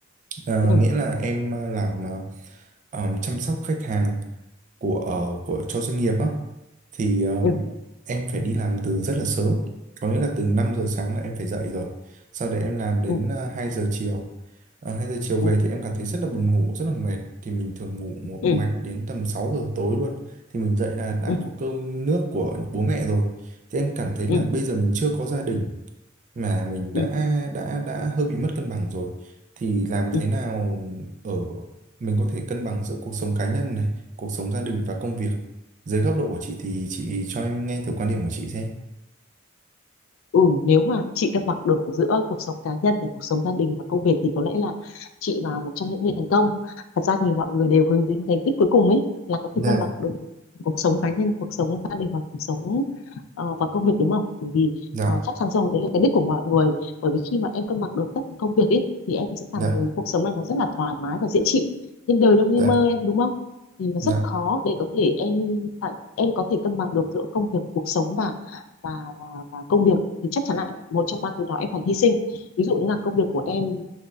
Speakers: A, on the right (about 40°); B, on the left (about 70°).
A: Ờ,
B: ừ
A: nghĩa là em ờ, làm ờ, ờ, chăm sóc khách hàng của ờ, của cho doanh nghiệp á thì ờ,
B: ừ
A: em phải đi làm từ rất là sớm có nghĩa là từ 5 giờ sáng là em phải dậy rồi sau đấy em làm đến
B: ừ
A: ờ, 2 giờ chiều Ờ, 2 giờ chiều về
B: ừ
A: thì em cảm thấy rất là buồn ngủ rất là mệt thì mình thường ngủ một
B: ừ
A: mạch đến tầm 6 giờ tối luôn thì mình dậy là đã
B: ừ
A: có cơm nước của bố mẹ rồi thì em cảm thấy
B: ừ
A: là bây giờ mình chưa có gia đình mà mình đã
B: ừ
A: đã đã hơi bị mất cân bằng rồi thì làm
B: ừ.
A: thế nào ở mình có thể cân bằng giữa cuộc sống cá nhân này, cuộc sống gia đình và công việc. Dưới góc độ của chị thì chị cho em nghe thử quan điểm của chị xem.
B: Ừ, nếu mà chị cân bằng được giữa cuộc sống cá nhân và cuộc sống gia đình và công việc thì có lẽ là chị là một trong những người thành công thật ra thì mọi người đều hướng đến cái đích cuối cùng ấy là có
A: Dạ,
B: thể cân bằng được cuộc, cuộc sống cá nhân cuộc sống gia đình và cuộc sống ờ, và công việc đúng không? Bởi vì
A: dạ,
B: ờ, chắc chắn rồi đấy là cái đích của mọi người. Bởi vì khi mà em cân bằng được tất cả công việc ấy thì em sẽ cảm
A: dạ,
B: thấy cuộc sống này nó rất là thoải mái và dễ chịu. Nhưng đời đâu như
A: dạ,
B: mơ em đúng không? Thì nó rất
A: dạ,
B: khó để có thể em phải em có thể cân bằng được giữa công việc, cuộc sống và và và, và công việc thì chắc chắn là một trong ba thứ đó em phải hy sinh. Ví dụ như là công việc của em